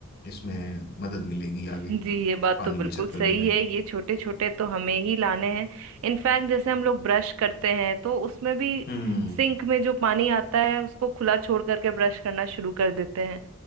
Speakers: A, on the left (about 45°); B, on the right (about 60°).
A: इसमें मदद मिलेगी आगे
B: जी
A: की
B: ये बात
A: पानी
B: तो बिल्कुल
A: बचत करने
B: सही
A: में
B: है ये छोटे छोटे तो हमें ही लाने हैं इनफैक्ट जैसे हम लोग ब्रश करते हैं तो उसमें भी
A: हम्म
B: सिंक में जो पानी आता है उसको खुला छोड़ करके ब्रश करना शुरू कर देते हैं